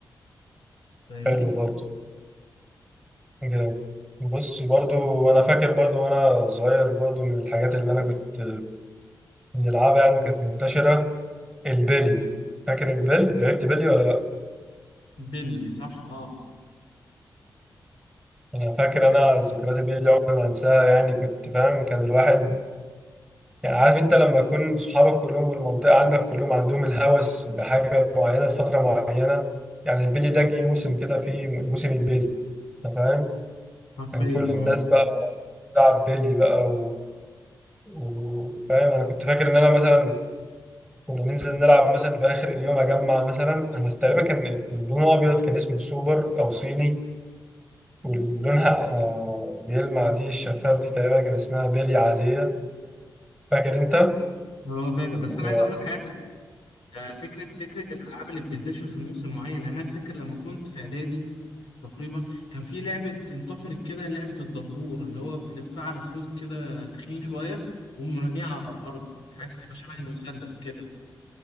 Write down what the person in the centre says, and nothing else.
حلو برضو جامد بص برضو انا فاكر برضو وانا صغير برضو من الحاجات اللي انا كنت بنلعبها يعني وكانت منتشره البلي فاكر البلي لعبت بلي ولا لا
انا فاكر انا ذكريات البلي دي عمري ما انساها يعني كنت فاهم كان الواحد يعني عارف انت لما يكون صحابك كلهم والمنطقة عندك كلهم عندهم الهوس بحاجة معينة لفترة معينة يعني البيلي ده جه موسم كده فيه موسم البيلي انت فاهم
كان كل الناس
بقى بتلعب بيلي بقى و... و... فاهم انا كنت فاكر ان انا مثلا كنا ننزل نلعب مثلا في اخر اليوم اجمع مثلا انا تقريبا كان لونه ابيض كان اسمه السوبر او صيني ولونها آه، بيلمع دي الشفاف دي تقريبا كان اسمها بيلي عادية فاكر انت؟
وكل